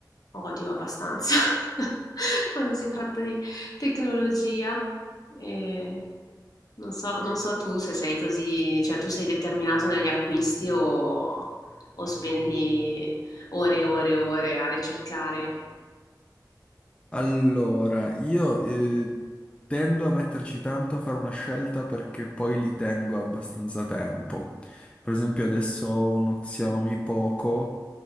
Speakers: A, on the left; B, on the left.
A: odio abbastanza <laughs> quando si tratta di tecnologia e non so, non so tu se sei così, cioè tu sei determinato negli acquisti o, o spendi ore e ore e ore a ricercare.
B: Allora, io eh, tendo a metterci tanto a fare una scelta perché poi li tengo abbastanza tempo. Per esempio, adesso ho uno Xiaomi Poco